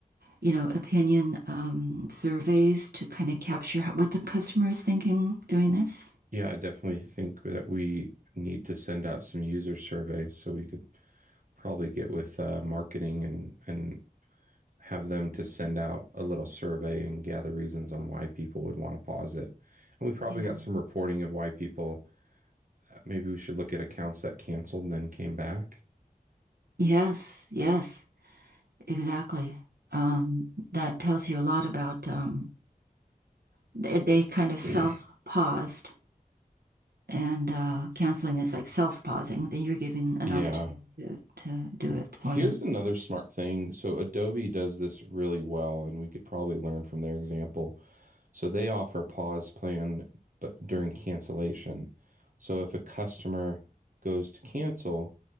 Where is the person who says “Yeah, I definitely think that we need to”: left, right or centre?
Right